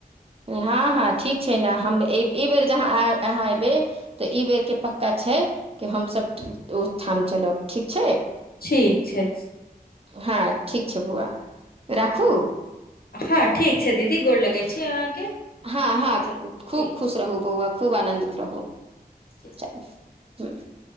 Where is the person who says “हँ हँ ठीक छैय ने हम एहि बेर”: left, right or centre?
Right